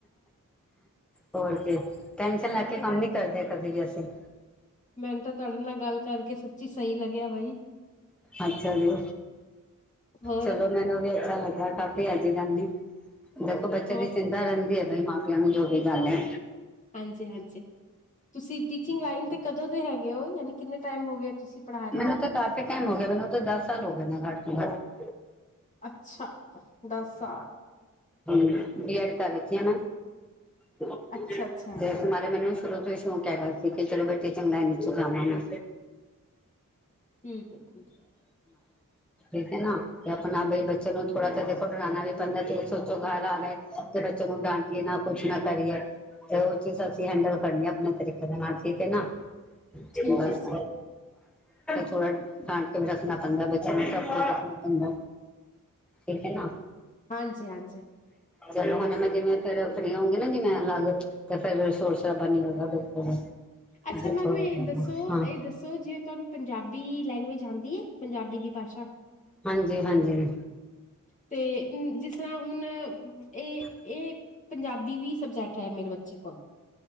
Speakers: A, in the centre; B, on the left.
A: ਹੋਰ ਕੀ ਟੈਨਸ਼ਨ ਲੈ
B: ਮੈਨੂੰ
A: ਕੇ
B: ਤਾਂ
A: ਕੰਮ ਨੀ ਕਰਦੇ ਕਦੇ ਵੀ ਅਸੀਂ
B: ਮੈਨੂੰ ਤਾਂ ਤੁਹਾਡੇ ਨਾਲ ਗੱਲ ਕਰਕੇ ਸੱਚੀ ਸਹੀ ਲੱਗਿਆ ਬਾਈ
A: ਅੱਛਾ ਜੀ
B: ਹੋਰ
A: ਚਲੋ ਮੈਨੂੰ ਵੀ ਅੱਛਾ ਲੱਗਾ ਕਾਫੀ ਅੱਜ ਗੱਲ ਨਹੀਂ ਦੇਖੋ ਬੱਚੇ
B: ਹੋਰ
A: ਦੀ ਚਿੰਤਾ ਰਹਿੰਦੀ ਹੈ ਬਈ ਮਾਂ ਪਿਓ ਨੂੰ ਜੋ ਵੀ ਗੱਲ ਹੈ।
B: ਹਾਂਜੀ ਹਾਂਜੀ ਤੁਸੀਂ ਟੀਚਿੰਗ ਲਾਈਨ ਤੇ ਕਦੋਂ ਦੇ ਹੈਗੇ ਹੋ ਯਾਨੀ ਕਿੰਨੇ ਟਾਈਮ ਹੋ ਗਿਆ ਤੁਸੀਂ ਪੜਾ ਰਹੇ
A: ਮੈਨੂੰ
B: ਹੋ।
A: ਤਾਂ ਕਾਫੀ ਟਾਈਮ ਹੋ ਗਿਆ ਮੈਨੂੰ ਉਹ ਦਸ ਸਾਲ ਹੋ ਗਏ ਨਾ ਘੱਟ ਤੋਂ ਘੱਟ
B: ਅੱਛਾ ਦਸ ਸਾਲ
A: ਹੂੰ ਬੀ ਐਡ ਤਾਂ ਘਰ ਚ ਹੀ ਹੈ। <unintelligible>
B: ਅੱਛਾ-ਅੱਛਾ
A: ਮੈਨੂੰ ਸ਼ੁਰੂ ਤੋਂ ਹੀ ਸ਼ੌਂਕ ਹੈ ਗਿਆ ਸੀ ਕਿ ਚਲੋ ਬੇਟੇ ਚੰਗਾ ਨ ਚ ਜਾਵਾਂ ਮੈਂ
B: ਠੀਕ ਹੈ ਠੀਕ ਹੈ।
A: ਇੱਕ ਨਾ ਤੇ ਆਪਣਾ ਬਈ ਬੱਚੇ ਨੂੰ ਥੋੜਾ ਜਿਹਾ ਦੇਖੋ ਡਰਾਉਣਾ ਵੀ ਪੈਂਦਾ ਤੇ ਸੋਚੋ ਘਰ ਆ ਲਏ ਤੇ ਬੱਚੇ ਨੂੰ ਡਾਂਟੀਏ ਨਾ ਕੁਛ ਨਾ ਕਰੀਏ ਤੇ ਉਹ ਚੀਜ਼ ਅਸੀਂ ਹੈਂਡਲ ਕਰਨੀ ਆ ਆਪਣੇ ਤਰੀਕੇ ਦੇ ਨਾਲ ਠੀਕ ਹੈ ਨਾ
B: ਠੀਕ
A: ਬਸ
B: ਹੈ ਜੀ
A: ਥੋੜਾ ਡਾਂਟ ਕੇ ਵੀ ਰੱਖਣਾ ਪੈਂਦਾ ਬੱਚਿਆਂ ਨੂੰ ਸਭ ਕੁਛ ਰੱਖਣਾ ਪੈਂਦਾ ਠੀਕ ਹੈ ਨਾ
B: ਹਾਂ। ਹਾਂਜੀ ਹਾਂਜੀ
A: ਚਲੋ ਹੁਣ ਮੈਂ ਦਿੰਦੀ ਫਿਰ ਘਰੇ ਆਵਾਂਗੀ ਜਿਵੇਂ ਹਰ ਤੇ ਫਿਰ ਸੋਰਸ ਦਾ ਪਾਣੀ ਹੋਊਗਾ ਬਿਲਕੁਲ
B: ਅੱਛਾ
A: ਅਜੇ
B: ਮੈਨੂੰ
A: ਥੋੜਾ
B: ਇਹ
A: ਜਿਹਾ
B: ਦੱਸੋ
A: ਹਾਂ
B: ਇਹ ਦੱਸੋ ਸੋ ਜਿਵੇਂ ਤੁਹਾਨੂੰ ਪੰਜਾਬੀ ਲੈਂਗੁਏਜ ਆਉਂਦੀ ਪੰਜਾਬੀ ਦੀ ਭਾਸ਼ਾ
A: ਹਾਂਜੀ ਹਾਂਜੀ
B: ਤੇ ਜਿਸ ਤਰ੍ਹਾਂ ਹੁਣ ਇਹ
A: <unintelligible>
B: ਇਹ ਪੰਜਾਬੀ ਵੀ ਸਬਜੈਕਟ ਹੈ ਮੇਰੇ ਬੱਚੇ ਕੋਲ